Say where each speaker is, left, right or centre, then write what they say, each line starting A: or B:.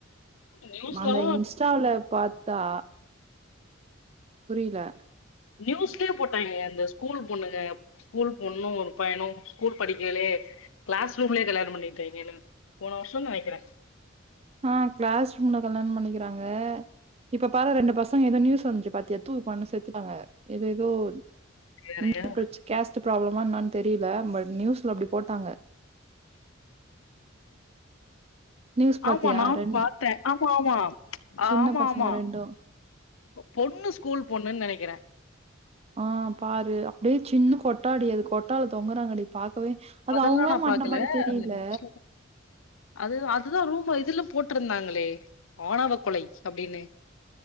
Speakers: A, on the left; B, on the right.
A: நியூஸ்லலா
B: அந்த இன்ஸ்டால பாத்தா புரில
A: நியூஸ்லயே போட்டாங்களே அந்த ஸ்கூல் பொண்ணுக ஸ்கூல் பொண்ணு ஒரு பையனு ஸ்கூல் படிக்கேலேயே க்ளாஸ் ரூம்லயே கல்யாணம் பண்ணிட்டாய்ங்களே போன வருஷோ நெனக்கறே
B: ஆ க்ளாஸ் ரூம்ல கல்யாண பண்ணிக்கிறாங்க இப்ப பாரு ரெண்டு பசங்க ஏதோ நியூஸ் வந்துச்சு பாத்தியா தூக் மாட்னு செத்துட்டாங்க எத் எதோ <inaudible>
A: வேறயா
B: கேஸ்ட் ப்ராப்ளமா என்னான் தெரில பட் நியூஸ்ல அப்டி போட்டாங்க நியூஸ் பாத்தியா
A: ஆமா நானு
B: ரெண்
A: பாத்தே ஆமா ஆமா
B: சின்ன
A: ஆமா
B: பசங்க
A: ஆமா
B: ரெண்டு
A: பொ பொண்ணு ஸ்கூல் பொண்ணுன் நெனைக்கிற
B: ஆ பாரு அப்டியே சின்ன கொட்டாடி அது கொட்டால தொங்குறாங்கடி பாக்கவே அது
A: அதெல்லா
B: அவுங்களா
A: நா
B: மாட்ன
A: பாக்கல
B: மாரி தெரில
A: அந்த நியூஸ்ல அது அதுதா ரூம்ல இதுல போட்டிருந்தாங்களே ஆணவ கொலை அப்டினு